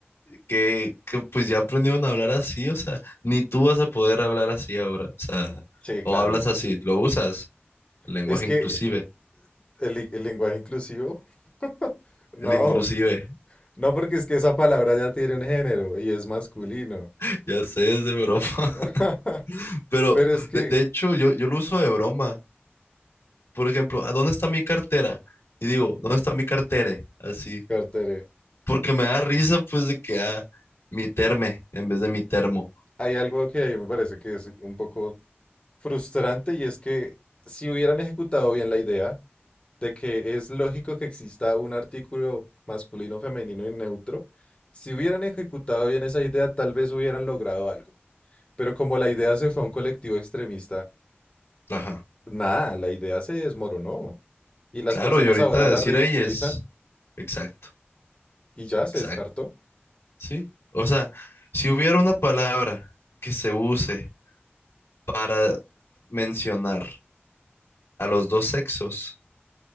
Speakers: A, on the left; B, on the left.
A: que, que pues ya aprendieron a hablar así? O sea, ni tú vas a poder hablar así ahora. O sea,
B: Sí,
A: o
B: claro.
A: hablas así, lo usas, el lenguaje
B: Es que
A: inclusive,
B: el, li- el lenguaje inclusivo, <laughs> no,
A: el inclusive,
B: no porque es que esa palabra ya tiene un género y es masculino.
A: <laughs> ya sé, es de broma. <laughs>
B: <laughs>
A: Pero
B: Pero es que,
A: de, de hecho, yo, yo lo uso de broma. Por ejemplo, ¿a dónde está mi cartera? Y digo, ¿dónde está mi cartere? Así,
B: Cartere,
A: porque me da risa pues de que, ah, mi terme en vez de mi termo.
B: hay algo que a mí me parece que es un poco frustrante y es que si hubieran ejecutado bien la idea de que es lógico que exista un artículo masculino, femenino y neutro, si hubieran ejecutado bien esa idea, tal vez hubieran logrado algo. Pero como la idea se fue a un colectivo extremista,
A: Ajá.
B: nada, la idea se desmoronó. Y las
A: Claro,
B: personas
A: y ahorita
B: ahora la
A: decir
B: ridiculizan
A: ahí es exacto,
B: y ya
A: exacto,
B: se descartó.
A: ¿sí? O sea, si hubiera una palabra que se use para mencionar a los dos sexos,